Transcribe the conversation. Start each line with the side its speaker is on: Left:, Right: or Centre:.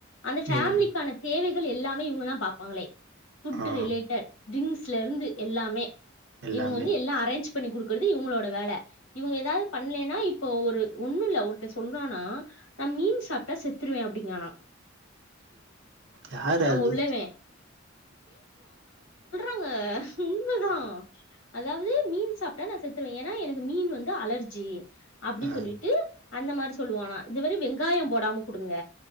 Left: அந்த ஃபேமிலிக்கான
Right: ம்
Left: தேவை எல்லாமே இவுங்கதான் பாப்பாங்களே ஃபுட்டு
Right: ஆ
Left: ரிலேட்டட் ட்ரிங்ஸ் ட்ல இருந்து எல்லாமே
Right: எல்லாமே
Left: இவங்க வந்து எல்லா அரேஞ்ச் பண்ணி குடுக்குறது இவங்களோட வேல இவங்க ஏதாவது பண்லன்னா இப் இப்போ ஒரு ஒண்ணு இல்ல ஒருத்தெ சொல்றானா நா மீன் சாப்ட்டா செத்துருவே அப்படிங்கானா
Right: யாரது
Left: உள்ளவே ஆ உண்மதா அதாவது நீ நா செத்துருவே ஏனா எனக்கு மீன் வ து அலர்ஜி அப்டின்னு
Right: ஆ
Left: சொல்லிட்டு அந்த மாரி சொல்லுவானா இந்த மாரி வெங்காய போடாம கொடுங்க